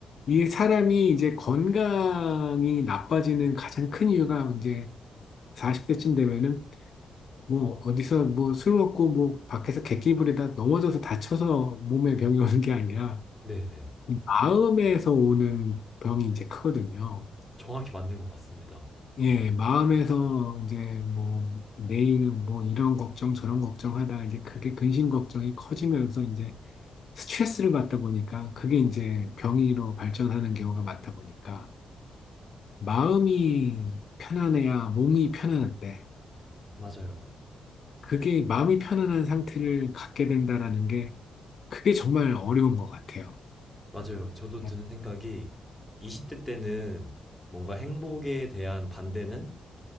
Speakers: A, on the left; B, in the centre.
A: 이 사람이 이제 건강이 나빠지는 가장 큰 이유가 이제 40대쯤 되면은 뭐 어디서 뭐 술 먹고 뭐 밖에서 객기 부리다 넘어져서 다쳐서 몸에 병이 오는 게 아니라
B: 네네.
A: 이 마음에서 오는 병이 이제 크거든요.
B: 정확히 맞는 것 같습니다.
A: 예, 마음에서 이제 뭐 내일은 뭐 이런 걱정 저런 걱정하다 이제 그게 근심 걱정이 커지면서 이제 스트레스를 받다 보니까 그게 이제 병으로 발전하는 경우가 많다 보니까 마음이 편안해야 몸이 편안한데,
B: 맞아요.
A: 그게 마음이 편안한 상태를 갖게 된다라는 게, 그게 정말 어려운 것 같아요.
B: 맞아요. 저도
A: 네.
B: 드는 생각이 20대 때는 뭔가 행복에 대한 반대는